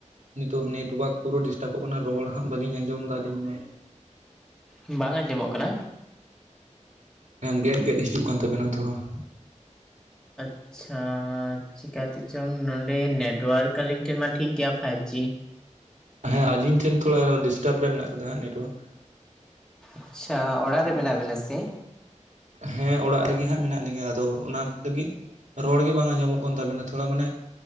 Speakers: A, on the right (about 70°); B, in the centre.
A: ᱱᱤᱛᱚᱜ ᱱᱮᱴᱳᱣᱟᱨᱠ ᱯᱩᱨᱟᱹ ᱰᱤᱥᱴᱟᱵᱚᱜ ᱠᱟᱱᱟ ᱨᱚᱲ ᱦᱟᱸᱜ ᱵᱟᱹᱞᱤᱧ ᱟᱸᱡᱚᱢ ᱮᱫᱟ ᱟᱹᱞᱤᱧ ᱢᱟ,
B: ᱵᱟᱝ ᱟᱸᱡᱚᱢᱚᱜ ᱠᱟᱱᱟ?
A: ᱜᱮᱫ ᱜᱮᱫ ᱦᱤᱡᱩᱜ ᱠᱟᱱ ᱛᱟᱵᱤᱱᱟ ᱛᱷᱚᱲᱟ ᱾
B: ᱟᱪᱪᱷᱟ, ᱪᱤᱠᱟᱛᱮ ᱪᱚᱝ ᱱᱚᱰᱮ ᱱᱮᱴᱣᱟᱨᱠ ᱟᱞᱤᱧ ᱴᱷᱮᱱ ᱢᱟ ᱴᱷᱤᱠ ᱜᱮᱭᱟ ᱯᱷᱟᱭᱤᱵᱽ ᱡᱤ,
A: ᱦᱮᱸ, ᱟᱞᱤᱧ ᱴᱷᱮᱱ ᱛᱷᱚᱲᱟ ᱰᱤᱥᱴᱟᱵᱽ ᱨᱮ ᱢᱮᱱᱟᱜ ᱟᱠᱟᱫᱟ ᱦᱟᱸᱜ ᱱᱮᱴᱳᱣᱟᱨᱠ,
B: ᱟᱪᱪᱷᱟ ᱚᱲᱟᱜ ᱨᱮ ᱢᱮᱱᱟᱜ ᱵᱤᱱᱟ ᱥᱮ?
A: ᱦᱮᱸ ᱚᱲᱟᱜ ᱨᱮᱜᱮ ᱦᱟᱸᱜ ᱢᱮᱱᱟᱜ ᱞᱤᱧᱟ, ᱟᱫᱚ ᱚᱱᱟ ᱞᱟᱹᱜᱤᱫ ᱨᱚᱲ ᱜᱮ ᱵᱟᱝ ᱟᱸᱡᱚᱢᱚᱜ ᱠᱟᱱ ᱛᱟᱵᱮᱱᱟ ᱛᱷᱚᱲᱟ ᱢᱟᱱᱮ